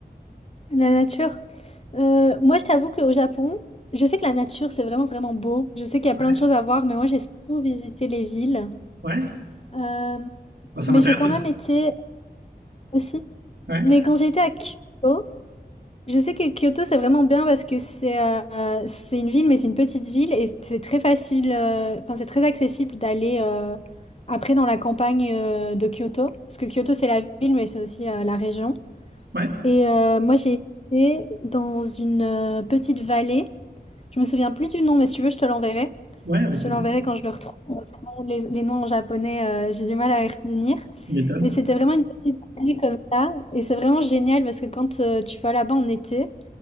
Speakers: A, on the left; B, on the right.
A: La nature. Euh, moi, je t'avoue qu'au Japon, je sais que la nature, c'est vraiment, vraiment beau. Je sais qu'il y a
B: Ouais,
A: plein de choses à voir, mais moi, j'ai surtout visité les villes.
B: ouais,
A: Euh,
B: Bah, ça
A: mais
B: m'intéresse.
A: j'ai quand même été aussi.
B: Ouais,
A: Mais quand j'étais à Kyoto, Je sais que Kyoto, c'est vraiment bien parce que c'est euh, c'est une ville, mais c'est une petite ville et c'est très facile, euh, enfin, c'est très accessible d'aller euh, après dans la campagne euh, de Kyoto. Parce que Kyoto, c'est la ville, mais c'est aussi euh, la région.
B: ouais,
A: Et euh, moi, j'ai été dans une euh, petite vallée. Je me souviens plus du nom, mais si tu veux, je te l'enverrai.
B: ouais, avec
A: Je te
B: plaisir.
A: l'enverrai quand je le retrouve. parce que bon, Les, les noms en japonais, euh, j'ai du mal à les retenir.
B: Tu m'étonnes.
A: Mais c'était vraiment une petite vallée comme ça. Et c'est vraiment génial parce que quand euh, tu vas là-bas en été,